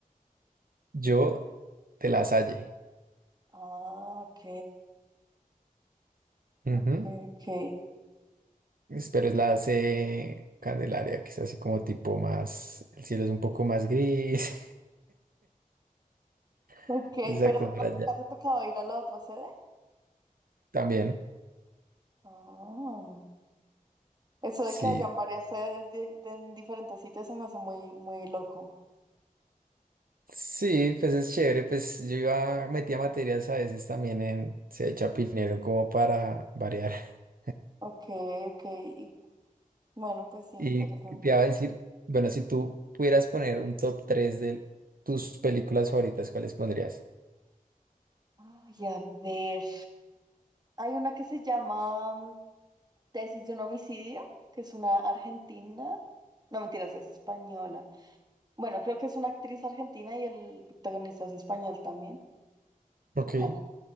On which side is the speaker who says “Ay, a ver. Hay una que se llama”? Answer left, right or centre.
Right